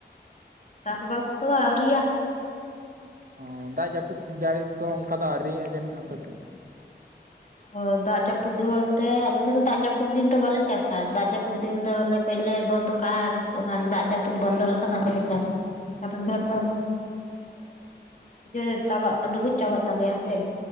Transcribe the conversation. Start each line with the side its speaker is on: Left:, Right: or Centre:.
Left: ᱪᱟᱥ ᱵᱟᱥ ᱠᱚᱫᱚ ᱟᱣᱤ‌ ᱭᱟ᱾
Right: ᱚ ᱫᱟᱜ ᱡᱟᱹᱯᱩᱫ ᱡᱟᱹᱲᱤ ᱠᱚ ᱚᱱᱠᱟ ᱫᱚ ᱟᱹᱣᱤᱭᱼᱟ ᱡᱟᱹᱱᱤᱡ ᱟᱯᱮ ᱥᱮᱫ
Left: ᱚ ᱫᱟᱜ ᱡᱟᱹᱯᱩᱫ ᱵᱚᱞᱛᱮ ᱟᱞᱮᱥᱮᱫ ᱫᱚ ᱫᱟᱜ ᱡᱟᱹᱯᱩᱫ ᱫᱤᱱ ᱫᱚ ᱵᱟᱞᱮ ᱪᱟᱥᱟ ᱫᱟᱜ ᱡᱟᱹᱯᱩᱫ ᱫᱤᱱ ᱫᱚᱞᱮ ᱞᱮ ᱵᱚᱱᱫᱚ ᱠᱟᱜᱼᱟ ᱟᱨ ᱚᱱᱟ ᱫᱟᱜ ᱡᱟᱹᱯᱩᱫ ᱵᱚᱱᱫᱚ ᱞᱮᱠᱷᱟᱱ ᱚᱱᱟᱫᱚᱞᱮ ᱪᱟᱥᱟ ᱠᱟᱨᱚᱱ ᱡᱚᱛᱚ ᱡᱮ ᱪᱟᱵᱟᱜ ᱰᱩᱵᱩᱡ ᱪᱟᱵᱟᱜ ᱛᱟᱞᱮᱭᱟ ᱥᱮ